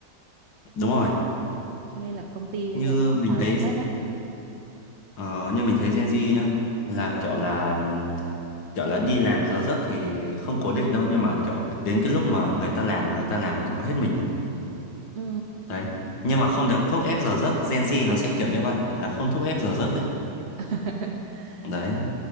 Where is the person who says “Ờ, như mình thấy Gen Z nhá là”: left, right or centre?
Left